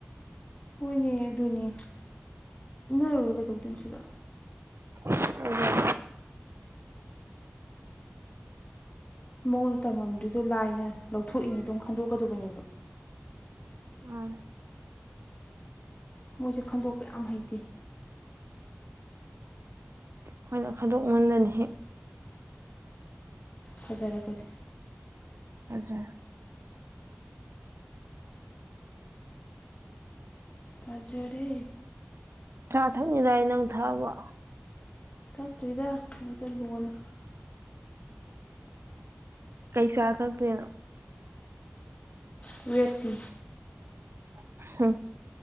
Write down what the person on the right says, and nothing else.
ꯎꯝ
ꯎꯝ
ꯑꯩꯈꯣꯏꯅ ꯈꯥꯏꯗꯣꯛꯃꯟꯗꯅ ꯍꯦꯛ
ꯑꯗꯨꯦ
ꯆꯥ ꯊꯛꯅꯤꯗꯥꯏ ꯅꯪ ꯊꯥꯕ
ꯀꯩ ꯆꯥ ꯈꯛꯇ꯭ꯔꯦꯅ
ꯍꯝ